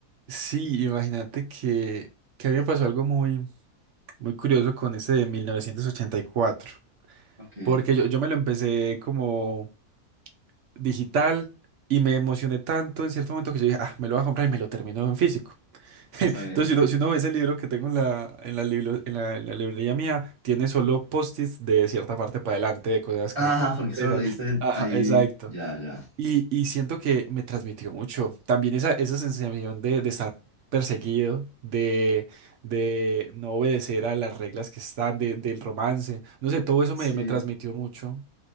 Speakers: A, on the right (about 60°); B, on the right (about 25°).
A: Sí, imagínate que, que a mí me pasó algo muy, muy curioso con ese de mil novecientos ochenta y cuatro,
B: Ok, no,
A: Porque yo, yo me lo empecé como digital y me emocioné tanto en cierto momento que yo dije, ah, me lo voy a comprar y me lo termino en físico. <laughs>
B: está
A: Entonces,
B: bien, está
A: si uno,
B: bien.
A: si uno ve ese libro que tengo en la, en la, libro- en la, en la librería mía, tiene solo post-its de cierta parte para adelante, de cosas como
B: Ah,
A: que
B: porque
A: interesan.
B: solo leíste
A: Ajá,
B: ahí,
A: exacto.
B: ya, ya.
A: Y, y siento que me transmitió mucho. También esa, esa sensación de, de estar perseguido, de, de no obedecer a las reglas que están, de- del romance. No sé, todo eso
B: Sí,
A: me, me transmitió mucho.